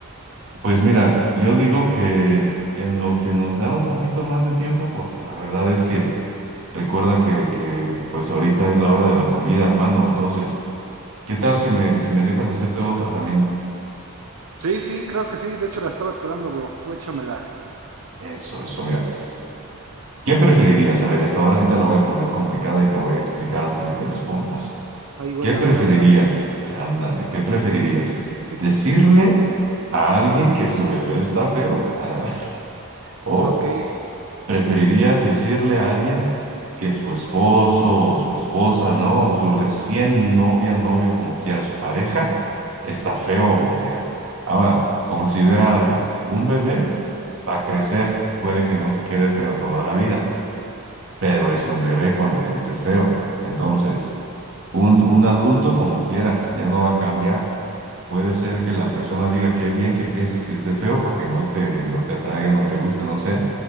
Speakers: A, on the right; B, on the right.
A: Pues mira, yo digo que en lo que nos da un poquito más de tiempo, porque la verdad es que recuerda que, que pues ahorita es la hora de la comida, hermano. Entonces, ¿qué tal si me, si me dejas hacerte otra también?
B: Sí, sí, creo que sí. De hecho, la estaba esperando, bro. Tú échamela.
A: Eso, eso, mira. ¿Qué preferirías? A ver, esta ahora sí te la voy a poner complicada y te voy a explicar antes de que respondas.
B: Ahí, güey,
A: ¿Qué preferirías?
B: a ver, a ver, a ver.
A: Ándale, ¿qué preferirías?
B: <laughs>
A: ¿Decirle a alguien que su bebé está feo? <laughs> ¿O
B: Ok.
A: ¿Preferirías decirle a alguien que su esposo o su esposa, ¿no? O su recién novia, novio, como quiera su pareja, está feo o fea? Ahora, considera algo. Un bebé va a crecer, puede que no se quede feo toda la vida, pero es un bebé cuando le dices feo. Entonces, un, un adulto como quiera, ya no va a cambiar. Puede ser que la persona diga qué bien que pienses que esté feo para que no te, no te atraiga, no te guste, no sé.